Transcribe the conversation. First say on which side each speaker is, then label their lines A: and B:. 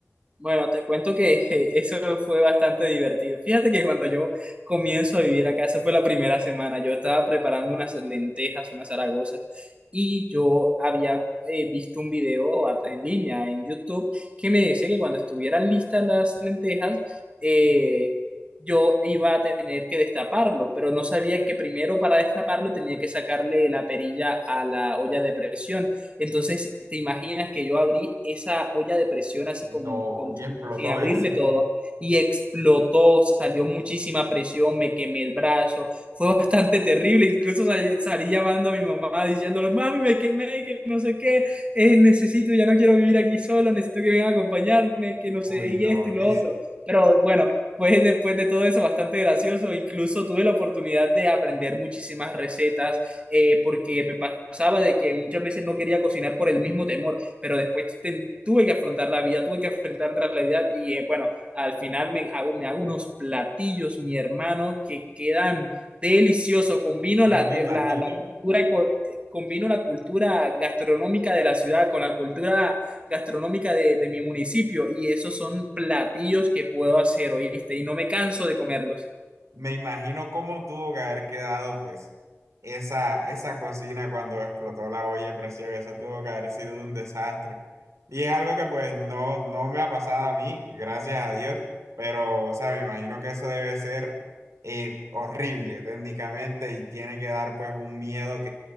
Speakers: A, on the right (about 25°); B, on the right (about 85°).
A: Bueno, te cuento que <laughs> je, eso fue bastante divertido. Fíjate que cuando yo comienzo a vivir acá, esa fue la primera semana, yo estaba preparando unas lentejas, unas zaragozas, y yo había eh, visto un video a- en línea en YouTube que me decía que cuando estuvieran listas las lentejas, eh, yo iba a tener que destaparlo, pero no sabía que primero para destaparlo tenía que sacarle la perilla a la olla de presión. Entonces, te imaginas que yo abrí esa olla de presión así
B: No,
A: con, con-
B: y explotó
A: sin abrirle
B: eso.
A: todo y explotó, salió muchísima presión, me quemé el brazo, fue bastante terrible, incluso sal- salí llamando a mi mamá diciéndole, mami, me quemé, que no sé qué, eh, necesito, ya no quiero vivir aquí solo, necesito que vengan a acompañarme, que no sé,
B: Uy, no,
A: y esto y
B: Luis.
A: lo otro. Pero bueno, pues después de todo eso, bastante gracioso, incluso tuve la oportunidad de aprender muchísimas recetas eh, porque me pasaba de que muchas veces no quería cocinar por el mismo temor, pero después te, tuve que afrontar la vida, tuve que afrontar la realidad y eh, bueno, al final me hago, me hago unos platillos, mi hermano, que quedan deliciosos, combino la,
B: Yo me
A: te-
B: imagino
A: la, la cultura eco- eh, combino la cultura gastronómica de la ciudad con la cultura gastronómica de, de mi municipio y esos son platillos que puedo hacer, oíste, y no me canso de comerlos.
B: Me imagino cómo tuvo que haber quedado, pues, esa, esa cocina cuando explotó la olla de presión. Eso tuvo que haber sido un desastre. Y es algo que, pues, no, no me ha pasado a mí, gracias a Dios. Pero, o sea, me imagino que eso debe ser eh, horrible técnicamente y tiene que dar, pues, un miedo